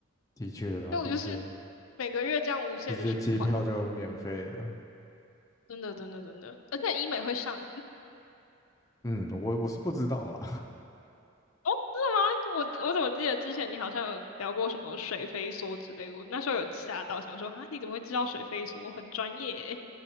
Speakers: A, on the left; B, on the left.
A: 的确啊，
B: 所以我就是
A: 的确，
B: 每个月这样无限的循环，
A: 直接机票就免费了。
B: 真的真的真的，而且医美会上
A: 嗯，我我是不知道啦，
B: 吗？我我怎么记得之前你好像有聊过什么水飞梭之类的，我那时候有吓到，想说啊，你怎么会知道水飞梭？我很专业欸。